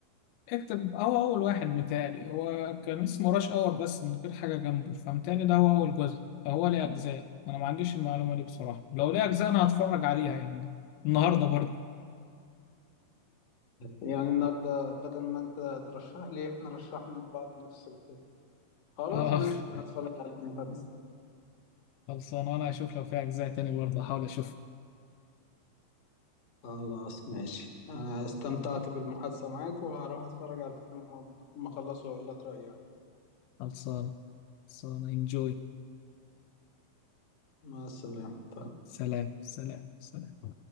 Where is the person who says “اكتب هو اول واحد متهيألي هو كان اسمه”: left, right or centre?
Left